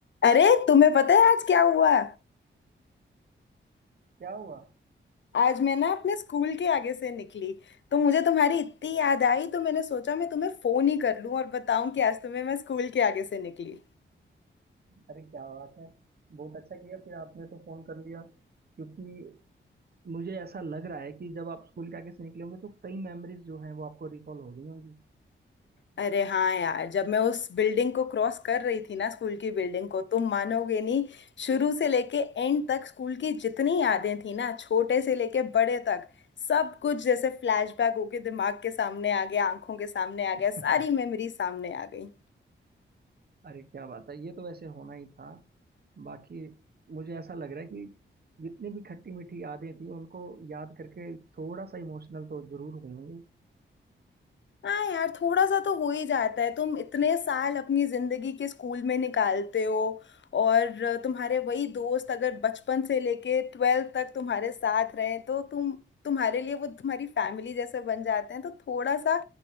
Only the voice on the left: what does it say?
अरे तुम्हें पता है आज क्या हुआ
आज मैं ना अपने स्कूल के आगे से निकली तो मुझे तुम्हारी इतनी याद आई तो मैंने सोचा मैं तुम्हें फोन ही कर लूं और बताऊं कि आज तुम्हें मैं स्कूल के आगे से निकली
अरे हाँ यार जब मैं उस बिल्डिंग को क्रॉस कर रही थी ना स्कूल की बिल्डिंग को तुम मानोगे नहीं शुरू से लेके एंड तक स्कूल की जितनी यादें थी ना छोटे से लेके बड़े तक सब कुछ जैसे फ्लैशबैक होके दिमाग के सामने आ गया आंखों के सामने आ गया
सारी मेमोरी सामने आ गई
हाँ यार थोड़ा सा तो हो ही जाता है तुम इतने साल अपनी जिंदगी के स्कूल में निकालते हो और तुम्हारे वही दोस्त अगर बचपन से लेके ट्वेल्थ तक तुम्हारे साथ रहे तो तुम तुम्हारे लिए वो तुम्हारी फैमिली जैसे बन जाते हैं तो थोड़ा सा